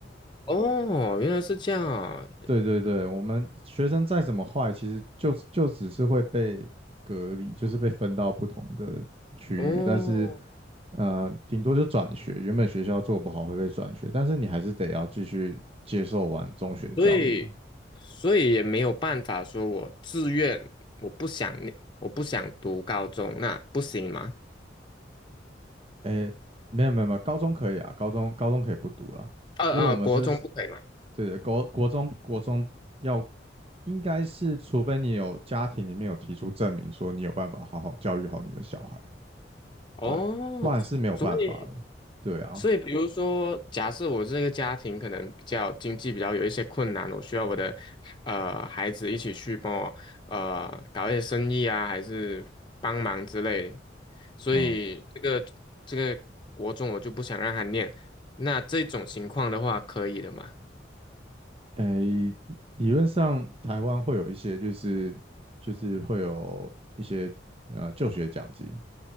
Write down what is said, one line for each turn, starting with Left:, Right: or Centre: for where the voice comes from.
Left: 哦，原来是这样啊
Right: 对对对，我们学生再怎么坏，其实就就只是会被隔离，就是被分到不同的区域，
Left: 哦，
Right: 但是呃，顶多就转学，原本学校做不好会被转学，但是你还是得要继续接受完中学教育。
Left: 所以所以也没有办法说我自愿，我不想念，我不想读高中，那不行吗？
Right: 诶，没有没有没有，高中可以啊，高中高中可以不读啦，
Left: 呃呃，
Right: 因为我们是
Left: 国中不可以吗？
Right: 对的，国国中国中要应该是，除非你有家庭里面有提出证明说你有办法好好教育好你的小孩，
Left: 哦，
Right: 对，不然是没有办法的。
Left: 所以。
Right: 对啊，
Left: 所以，比如说，假设我这个家庭可能比较经济比较有一些困难，我需要我的呃孩子一起去帮我呃搞一些生意啊，还是帮忙之类的所以这个这个国中我就不想让他念。
Right: 嗯，
Left: 那这种情况的话，可以的嘛？
Right: 诶，理论上台湾会有一些就是就是会有一些呃就学奖金，